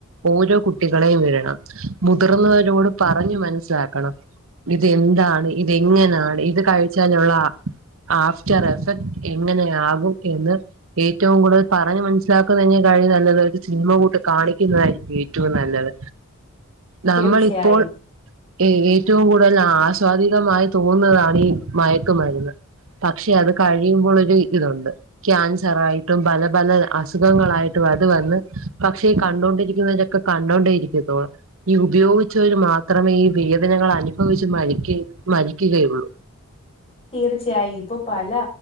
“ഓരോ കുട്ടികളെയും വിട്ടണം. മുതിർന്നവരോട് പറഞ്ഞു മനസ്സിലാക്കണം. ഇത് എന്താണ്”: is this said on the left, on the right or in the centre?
Right